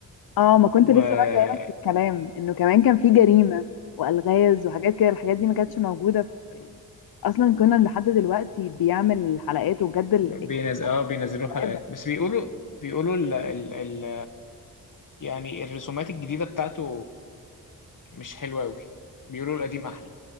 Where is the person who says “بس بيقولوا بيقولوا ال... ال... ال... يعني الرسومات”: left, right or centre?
Left